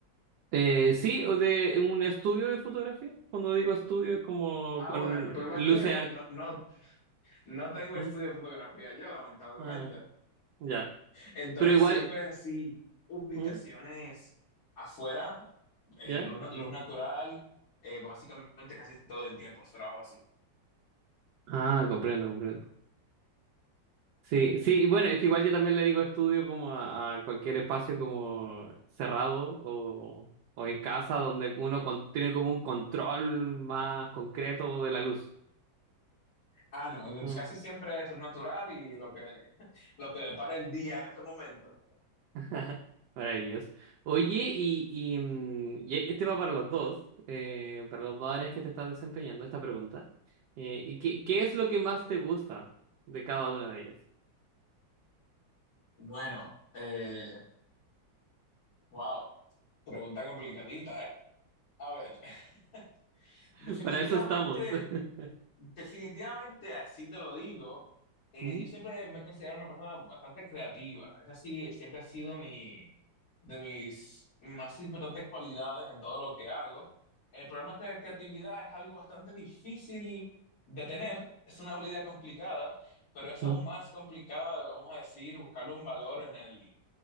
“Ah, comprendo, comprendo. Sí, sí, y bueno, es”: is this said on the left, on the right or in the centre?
Right